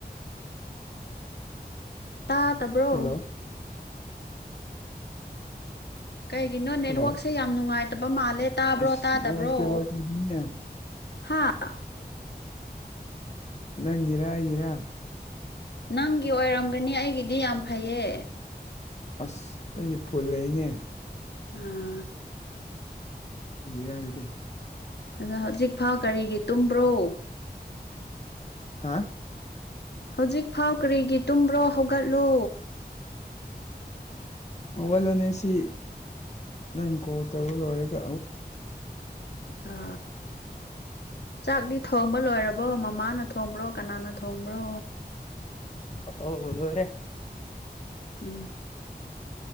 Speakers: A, on the left (about 80°); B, on the left (about 40°).
A: ꯇꯥꯗꯕ꯭ꯔꯣ
B: ꯍꯜꯂꯣ
A: ꯀꯩꯒꯤꯅꯣ ꯅꯦꯠꯋꯛꯁꯦ
B: ꯍꯜꯂꯣ
A: ꯌꯥꯝ ꯅꯨꯡꯉꯥꯏꯇꯕ ꯃꯥꯜꯂꯦ ꯇꯥꯕ꯭ꯔꯣ
B: ꯑꯁ
A: ꯇꯥꯗꯕ꯭ꯔꯣ
B: ꯅꯦꯠꯋꯥꯛ ꯏꯁꯇꯦꯕꯜ ꯇꯧꯗꯦꯅꯦ
A: ꯍꯥꯥ
B: ꯅꯪꯒꯤꯔꯥ ꯑꯩꯒꯤꯔꯥ
A: ꯅꯪꯒꯤ ꯑꯣꯏꯔꯝꯒꯅꯤ ꯑꯩꯒꯤꯗꯤ ꯌꯥꯝ ꯐꯩꯌꯦ
B: ꯑꯁ ꯑꯩꯒꯤ ꯐꯨꯜ ꯂꯩꯅꯦ
A: <unintelligible>
B: ꯌꯔꯗꯤ
A: ꯑꯗꯣ ꯍꯧꯖꯤꯛꯐꯥꯎ ꯀꯔꯤꯒꯤ ꯇꯨꯝꯕ꯭ꯔꯣ
B: ꯍꯥ
A: ꯍꯧꯖꯤꯛꯐꯥꯎ ꯀꯔꯤꯒꯤ ꯇꯨꯝꯕ꯭ꯔꯣ ꯍꯧꯒꯠꯂꯣ
B: ꯍꯧꯒꯠꯂꯅꯤ ꯁꯤ ꯅꯪ ꯀꯣꯜ ꯇꯧꯕ ꯂꯣꯏꯔꯒ
A: ꯍꯥ ꯆꯥꯛꯗꯤ ꯊꯣꯡꯕ ꯂꯣꯏꯔꯕꯣ ꯃꯃꯥꯅ ꯊꯣꯡꯕ꯭ꯔꯣ ꯀꯅꯥꯅ ꯊꯣꯡꯕ꯭ꯔꯣ
B: <unintelligible> ꯂꯣꯢꯔꯦ
A: ꯎꯝ